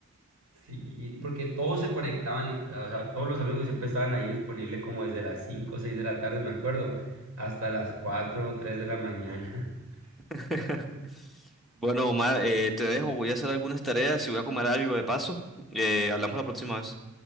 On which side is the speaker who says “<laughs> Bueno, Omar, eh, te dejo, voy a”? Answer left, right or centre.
Centre